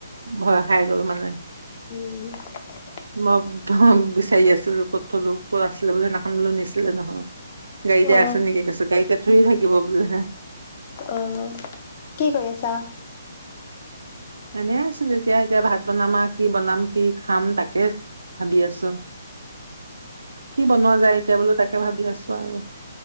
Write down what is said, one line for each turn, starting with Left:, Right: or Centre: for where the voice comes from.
Right: ভয় খাই গ'ল মানে
Left: উম
Right: মই বিচাৰি আছিলো ক'ত থলো ক'ত আছিলে বোলে সেনাখাম বোলে নিছিলে নহয় গাইতে
Left: অ
Right: আছে নেকি কৈছে গাইতে চুই থাকিব বোলে হে
Left: অ কি কৰি আছা?
Right: এনে আছিল এতিয়া এতিয়া ভাত বনামা, কি বনাম কি খাম তাকে ভাবি আছো। কি বনোৱা যায় এতিয়া বোলো তাকে ভাবি আছো অ আৰু